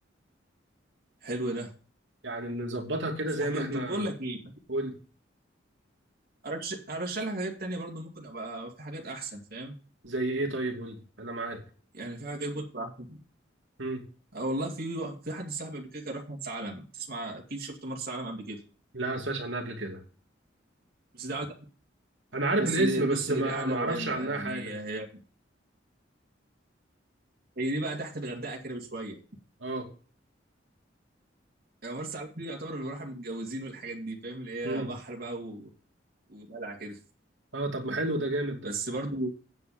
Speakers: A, on the right; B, on the right.
A: حلو ده
B: يعني نظبطها كده
A: في
B: زي
A: حاجه
B: ما احنا
A: طب بقول لك ايه
B: قلت
A: ارش ارشح لك حاجات تانية برضو ممكن ابقى في حاجات احسن فاهم
B: زي ايه طيب قول لي. انا معاك
A: يعني في حاجات ممكن تبقى احسن
B: امم
A: اه والله في في حد صاحبي قبل كده كان راح مرسى علم تسمع اكيد شفت مرسى علم قبل كده
B: لا ما سمعتش عنها قبل كده
A: بس ده عاوز-
B: انا عارف
A: بس
B: الاسم
A: دي- بص
B: بس
A: هي
B: ما
A: دي قاعده
B: ما
A: روقان
B: اعرفش
A: بقى
B: عنها
A: يعني
B: حاجه
A: هي هي دي بقى تحت الغردقه كده بشويه
B: اه
A: يعني مرسى علم دي يعتبر اللي راح متجوزين والحاجات دي فاهم اللي هي
B: امم
A: بحر بقى و- ودلع كده
B: اه طب ما حلو ده جامد ده
A: بس برضو